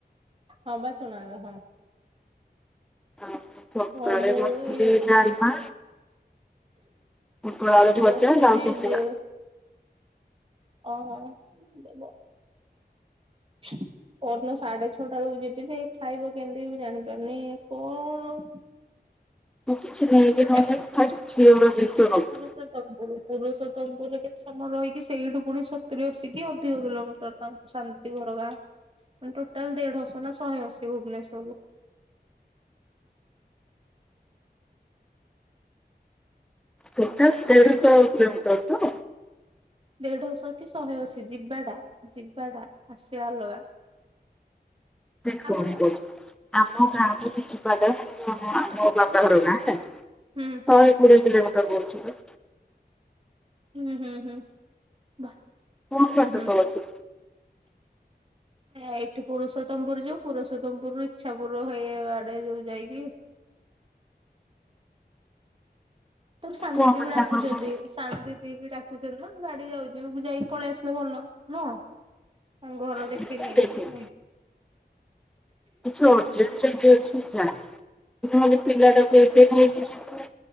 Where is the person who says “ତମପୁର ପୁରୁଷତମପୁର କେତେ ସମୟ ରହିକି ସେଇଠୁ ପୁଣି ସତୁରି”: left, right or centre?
Right